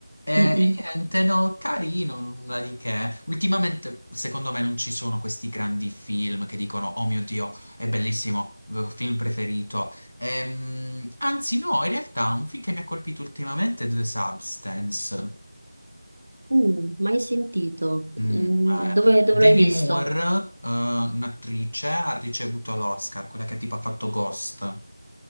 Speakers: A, on the left (about 80°); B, on the right (about 80°).
A: E
B: Mm, mm.
A: niente, no, carino, nulla di che. Ultimamente, secondo me, non ci sono questi grandi film che dicono: Oh mio Dio, è bellissimo, v- film preferito. Ehm, anzi, no, in realtà, un film che mi ha colpito ultimamente è The Substance.
B: Mm, mai sentito.
A: Mm,
B: Mm,
A: eh,
B: Dove, dove
A: Demi
B: l'hai visto?
A: Moore, eh, un'attrice, ha ricevuto l'Oscar, quella che tipo ha fatto Ghost.